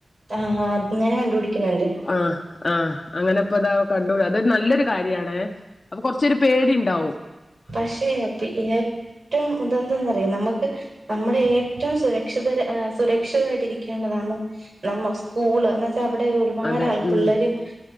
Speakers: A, on the right; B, on the left.
A: ആഹ അത്ങ്ങനെ കണ്ടുപിടിക്ക്‌ണ് ണ്ട്
B: ആഹ് ആഹ് അങ്ങ് ഇപ്പ താ കണ്ടൂല അതൊരു നല്ലൊരു കാര്യാണേ അപ്പൊ കൊറച്ചൊരു പേടി ണ്ടാവും
A: പക്ഷെ <unintelligible> ഏറ്റവും തെന്തെന്നറിയോ നമ്മക്ക് നമ്മളെ ഏറ്റവും സുരക്ഷിത സുരക്ഷിതായിട്ട് ഇരിക്കേണ്ടതാണ് നമ്മ സ്കൂള് എന്നച്ചാ അവിടെ ഒരുപാട്
B: അതെ
A: ആൾ പിള്ളരും
B: ഉം